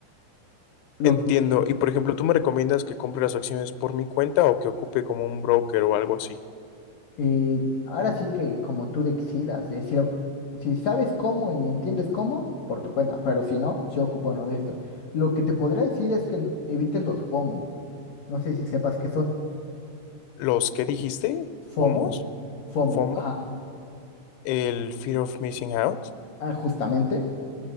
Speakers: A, on the left; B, on the left.
A: Lo
B: Entiendo.
A: que
B: Y por ejemplo, ¿tú me recomiendas que compre las acciones por mi cuenta o que ocupe como un broker o algo así?
A: eh, ahora sí que como tú decidas, eh, si, lo- si sabes cómo y entiendes cómo, por tu cuenta, pero si no, yo ocupo uno de estos. Lo que te podría decir es que n- evites los FOMO. No sé si sepas qué son.
B: ¿Los que dijiste?
A: FOMO,
B: ¿POMOS?
A: FOMO,
B: ¿FOMO?
A: ajá.
B: ¿El Fear of Missing Out?
A: Ah, justamente.